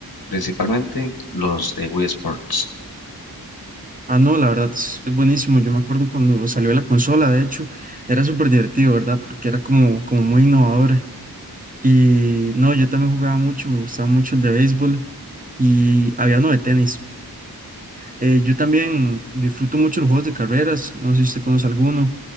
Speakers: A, on the left; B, on the right.
A: principalmente los de Wii Sports.
B: Ah, no, la verdad es es buenísimo. Yo me acuerdo cuando salió la consola, de hecho, era súper divertido, ¿verdad? Porque era como, como muy innovador. Y no, yo también jugaba mucho, me gustaba mucho el de béisbol y había uno de tenis. Eh, yo también disfruto mucho los juegos de carreras, no sé si usted conoce alguno.